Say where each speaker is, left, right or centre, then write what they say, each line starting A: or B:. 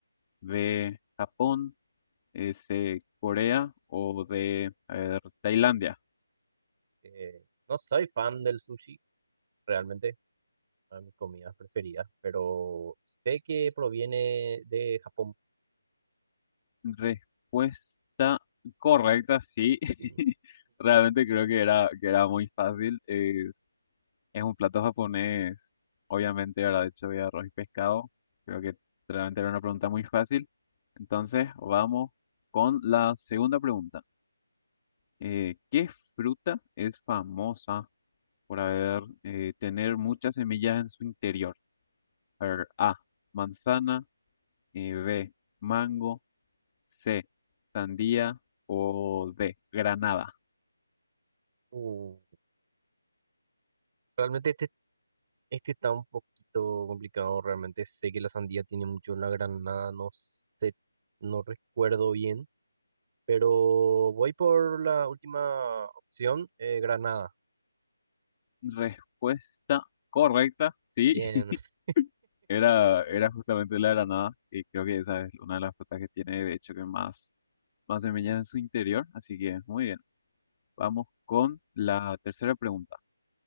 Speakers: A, on the left; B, on the right.
A: B, Japón, eh, C, Corea o D, a ver, Tailandia.
B: Eh, no soy fan del sushi, realmente, una de mis comidas preferidas, pero sé que proviene de Japón
A: Respuesta correcta, sí. <laughs>
B: y <laughs>
A: Realmente creo que era, que era muy fácil. Es, es un plato japonés, obviamente, ¿verdad? Hecho de arroz y pescado. Creo que realmente era una pregunta muy fácil. Entonces, vamos con la segunda pregunta. Eh, ¿qué fruta es famosa por haber eh, tener muchas semillas en su interior? A ver, A, manzana, eh, B, mango, C, sandía o D, granada.
B: uh, realmente este, este está un poquito complicado, realmente sé que la sandía tiene mucho la granada, no sé, no recuerdo bien, pero voy por la última opción, eh, granada.
A: Respuesta correcta, sí,
B: Bien,
A: <laughs>
B: <laughs>
A: era, era justamente la granada y creo que esa es una de las frutas que tiene de hecho que más, más semillas en su interior, así que muy bien. Vamos con la tercera pregunta.